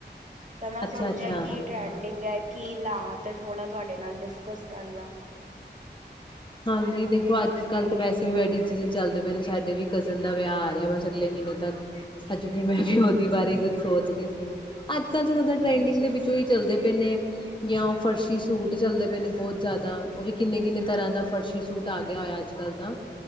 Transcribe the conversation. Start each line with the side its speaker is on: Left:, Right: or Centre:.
Right: ਤਾਂ ਮੈਂ
Left: ਅੱਛਾ
Right: ਸੋਚਿਆ
Left: ਅੱਛਾ
Right: ਕਿ ਟਰੈਂਡਿੰਗ ਐ ਕੀ ਲਾ ਤੇ ਥੋੜ੍ਹਾ ਤੁਆਡੇ ਨਾਲ ਡਿਸਕਸ ਕਰ ਲਾਂ।
Left: ਹਾਂਜੀ ਦੇਖੋ ਅੱਜ-ਕੱਲ ਤਾਂ ਵੈਸੇ ਵੀ ਵੈਡਿੰਗ ਸੀਜ਼ਨ ਚੱਲਦੇ ਪਏ ਨੇ ਸਾਡੇ ਵੀ ਕਜ਼ਨ ਦਾ ਵਿਆਹ ਆ ਰੈਆ ਬਸ ਅਗਲੇ ਮੀਨੇ ਤੱਕ। ਅੱਜ ਫਿਰ ਮੈਂ ਵੀ ਓਦੀ ਬਾਰੇ ਕੁੱਝ ਸੋਚ ਦੀ ਸੀ ਅੱਜ-ਕੱਲ ਤਾਂ ਜਾਦਾ ਟਰੈਂਡਿੰਗ
Right: ਇਸ ਚ
Left: ਦੇ ਵਿੱਚੋਂ ਈ ਚੱਲਦੇ ਪਏ ਨੇ ਜਾਂ ਓ ਫਰਸ਼ੀ ਸੂਟ ਚੱਲਦੇ ਪਏ ਨੇ ਬੋਤ ਜਾਦਾ ਓ ਵੀ ਕਿੰਨੇ-ਕਿੰਨੇ ਤਰਾਂ ਦਾ ਫਰਸ਼ੀ ਸੂਟ ਆ ਗਿਆ ਹੋਯਾ ਅੱਜ-ਕੱਲ ਤਾਂ,